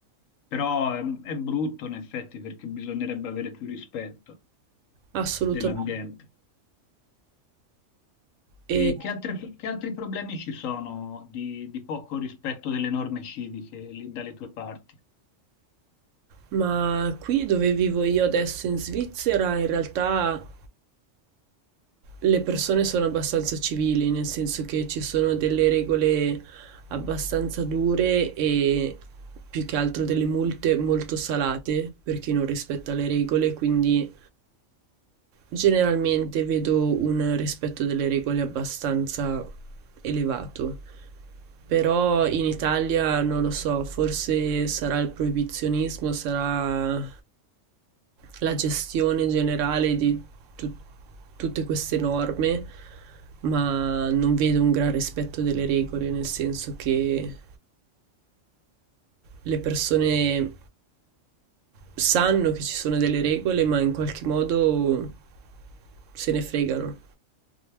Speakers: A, on the left (about 80°); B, on the right (about 75°).
A: Però ehm, è brutto in effetti perché bisognerebbe avere più rispetto
B: Assolutamente.
A: dell'ambiente.
B: E
A: E che altre- che altri problemi ci sono di, di poco rispetto delle norme civiche lì dalle tue parti?
B: Ma qui dove vivo io adesso in Svizzera, in realtà le persone sono abbastanza civili, nel senso che ci sono delle regole abbastanza dure e più che altro delle multe molto salate per chi non rispetta le regole, quindi Generalmente vedo un rispetto delle regole abbastanza elevato, però in Italia non lo so, forse sarà il proibizionismo, sarà la gestione generale di tu- tutte queste norme, ma non vedo un gran rispetto delle regole, nel senso che le persone sanno che ci sono delle regole, ma in qualche modo se ne fregano.